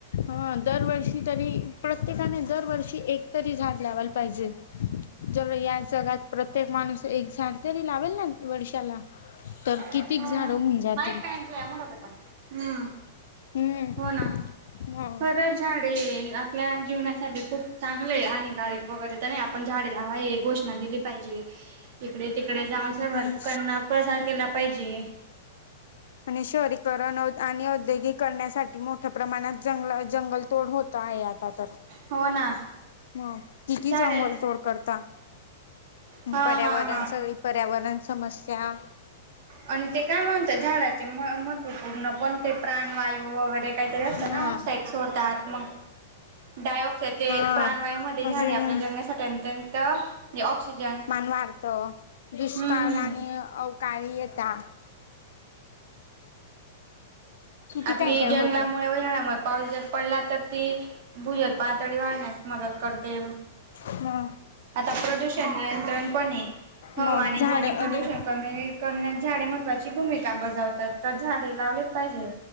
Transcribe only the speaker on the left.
हा दरवर्षी तरी प्रत्येकाने दरवर्षी एक तरी झाड लावायला पाईजे जर या जगात प्रत्येक माणूस एक झाड तरी लावेल ना न वर्षाला तर कितीक
झाड
हुन जातील.
हम्म
मग
आणि
आणि शहरीकरन अ आणि औद्योगिक करण्यासाठी मोठ्या प्रमाणात जंगला जंगल तोड होत आये आता तर
मग किती
जंगल तोड करता
पर्यावरण
सगळी पर्यावरण समस्या
हा
हा
अजून
वाढत दुष्काळ
आणि अवकाळी येता किती
काय काय
होतं
हा
मग
झाड
आणि